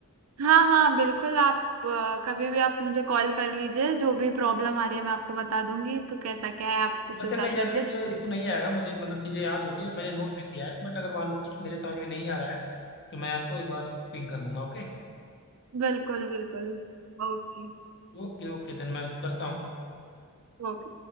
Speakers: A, on the right; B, on the left.
A: हाँ हाँ बिल्कुल आप अ, कभी भी आप मुझे कॉल कर लीजिए जो भी प्रॉब्लम आ रही है मैं आपको बता दूंगी तो कैसा क्या है आप उस
B: वैसे
A: हिसाब
B: मेजरली
A: से एडजस्ट
B: मुझे इशू नहीं आएगा मुझे मतलब चीज़ें याद होती हैं और मैंने नोट भी किया है बट अगर मान लो कुछ मेरे समझ में नहीं आ रहा है तो मैं आपको एक बार पिंग कर लूंगा ओके
A: बिल्कुल बिल्कुल Okay
B: ओके ओके देन मैं करता हूँ
A: okay